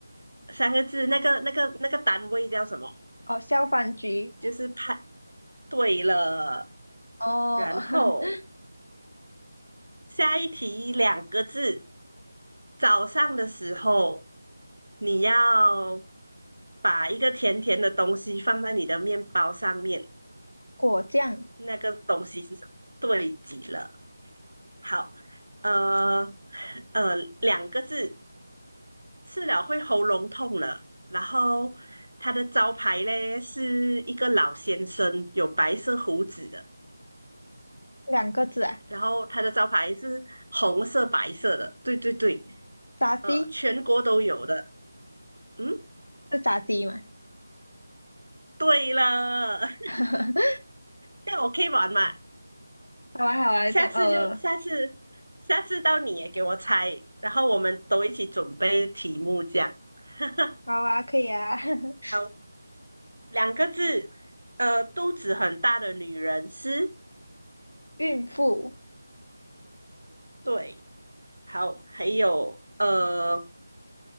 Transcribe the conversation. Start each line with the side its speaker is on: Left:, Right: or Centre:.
Right: 三个字，那个那个那个单位叫什么？
Left: 哦，消防局，
Right: 就是派对了。
Left: 哦，
Right: 然后
Left: <laughs>
Right: 下一题两个字，早上的时候你要把一个甜甜的东西放在你的面包上面，
Left: 果酱
Right: 那个东西是什么？对极了。好，呃呃，两个字，吃了会喉咙痛了。然后它的招牌嘞是一个老先生，有白色胡子的。
Left: 两个字啊，
Right: 然后它的招牌是红色、白色的，对对对，
Left: 炸鸡
Right: 呃，全国都有的。嗯，
Left: 是炸鸡嘛？
Right: 对了，<laughs>
Left: <laughs>
Right: 这样我可以玩嘛？
Left: 好啊，好啊，
Right: 下次就下次，
Left: 这样，呃，
Right: 下次到你也给我猜，然后我们都一起准备题目，这样。<laughs>
Left: 好啊，可以啊。<laughs>
Right: 好，两个字，呃，肚子很大的女人是，
Left: 孕妇，
Right: 对，好，还有呃，